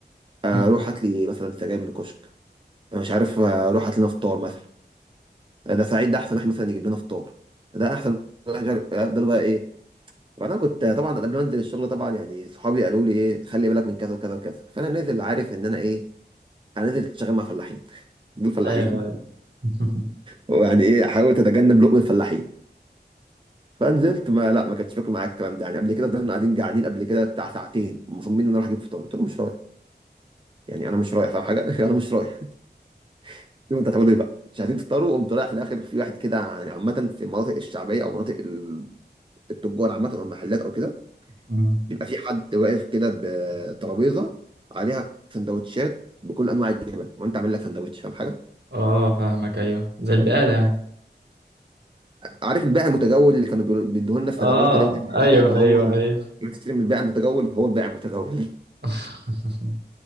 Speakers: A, on the right; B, on the right.
A: آه،
B: مم.
A: روح هات لي مثلا سجاير من الكشك انا مش عارف آه، روح هات لنا فطار مثلا آه، ده سعيد ده احسن واحد مثلا يجيب لنا فطار ده احسن واحد مش عارف افضل بقى ايه فانا كنت آه، طبعا قبل ما انزل الشغل طبعا يعني صحابي قالوا لي ايه خلي بالك من كذا وكذا وكذا فانا نازل عارف ان انا ايه انا نازل شغال مع فلاحين <laughs> دول فلاحين
B: ايوه ايوه <laughs>
A: ويعني ايه حاول تتجنب لقمه الفلاحين فنزلت ما لا ما كانتش فاكر معاك الكلام ده يعني قبل كده فضلنا قاعدين قاعدين قبل كده بتاع ساعتين مصممين ان انا رايح اجيب فطار قلت له مش رايح يعني انا مش رايح فاهم حاجه <laughs> انا مش رايح <laughs> شوف انت هتعملوا ايه بقى مش عايزين تفطروا قمت رايح في الاخر في واحد كده يعني عامه في المناطق الشعبيه او مناطق ال- التجار عامه او المحلات او كده
B: مم.
A: بيبقى في حد واقف كده بترابيزه عليها سندوتشات بكل انواع الجبن وانت عامل لك سندوتش فاهم حاجه
B: اه فاهمك ايوه زي البقالة يعني
A: عارف البائع المتجول اللي كانوا بيقولوا- بيدوه لنا في
B: اه
A: سنه اولى ابتدائي وثانيه ابتدائي
B: ايوه
A: اللي هو
B: ايوه ايوه
A: بتشتري من البائع المتجول هو البائع المتجول <laughs>
B: <laughs>